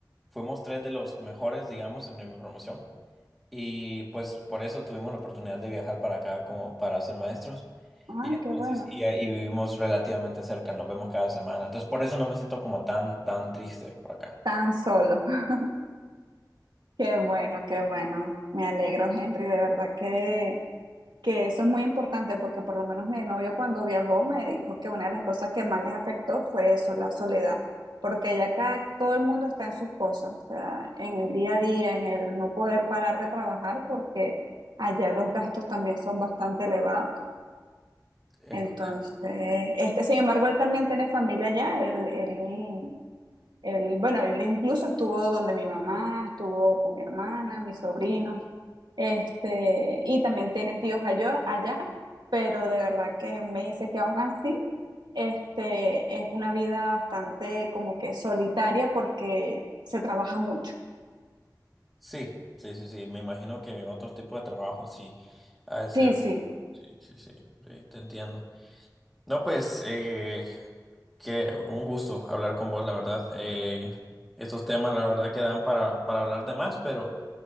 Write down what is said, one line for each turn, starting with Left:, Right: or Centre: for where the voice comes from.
Centre: fuimos tres de los mejores, digamos, en mi promoción. Y pues por eso tuvimos la oportunidad de viajar para acá como para ser maestros.
Right: Ay,
Centre: Y entonces,
Right: qué bueno.
Centre: y, y vivimos relativamente cerca, nos vemos cada semana. Entonces, por eso no me siento como tan, tan triste por acá.
Right: Tan solo. <laughs> Qué bueno, qué bueno. Me alegro, Henry, de verdad que que eso es muy importante porque por lo menos mi novio cuando viajó me dijo que una de las cosas que más les afectó fue eso, la soledad, porque ya acá todo el mundo está en sus cosas, o sea, en el día a día, en el no poder parar de trabajar porque allá los gastos también son bastante elevados.
Centre: Es
Right: Entonces,
Centre: co-
Right: este, sin embargo, él también tiene familia allá, él, él él, bueno, él incluso estuvo donde mi mamá, estuvo con mi hermana, mis sobrinos, este, y también tiene tíos allá, allá, pero de verdad que me dice que aún así, este, es una vida bastante como que solitaria porque se trabaja mucho.
Centre: sí, sí, sí, sí. Me imagino que en otros tipos de trabajo sí ha de ser.
Right: Sí, sí.
Centre: Sí, sí, sí, sí, te entiendo. No, pues, eh, que un gusto hablar con vos, la verdad. Eh, estos temas, la verdad, que dan para, para hablar de más, pero